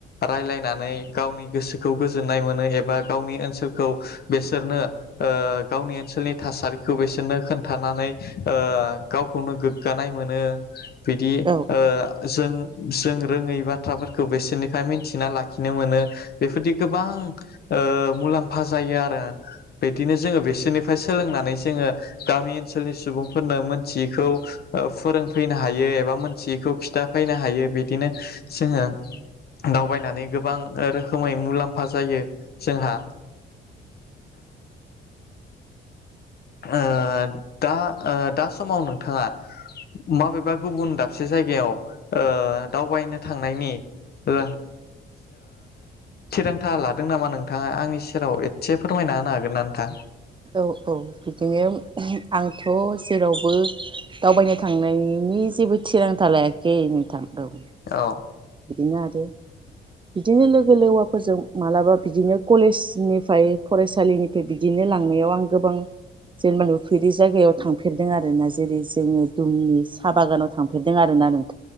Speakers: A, on the left; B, on the right.
A: राय्लायनानै गावनि गोसोखौ गोजोननाय मोनो एबा गावनि ओनसोलखौ बेसोरनो ओ गावनि ओनसोलनि थासारिखौ बिसोरनो खोन्थानानै ओ गावखौनो गोग्गानाय मोनो बिदि
B: औ
A: ओ जों जों रोङै बाथ्राफोरखौ बिसोरनिफ्राय मिथिना लाखिनो मोनो बेफोरदि गोबां ओ मुलाम्फा जायो आरो बिदिनो जोङो बिसोरनिफ्राय सोलोंनानै जोङो गामि ओनसोलनि सुबुंफोरनो मोनथियैखौ फोरों फैनो हायो एबा मोनसेखौ फिथा फैनो हायो बिदिनो जोङो दावबायनानै गोबां रोखोमै मुलाम्फा जायो जोंहा ओ दा ओ दा समाव नोंथाङा माबेबा गुबुन दाबसे जायगायाव ओ दावबायनो थांनायनि ओ थिरांथा लादों नामा नोंथाङा आंनि सेराव एसे फोरमायना होनो हागोन ना नोंथां
B: औ औ बिदिनो आंथ' जेरावबो दावबायनो थांनायनि जेबो थिरांथा लायाखै नोंथां औ
A: औ
B: बिदिनो आरो बिदिनो लोगो लोगोवाफोरजों मालाबा बिदिनो कलेजनिफ्राय फरायसालिनिफ्राय बिदिनो लांनायाव आं गोबां जेनेबानि नुफेरि जायगायाव थांफेरदों आरोना जेरै जोङो दुमनि साहा बागानाव थांफेरदों आरोना नों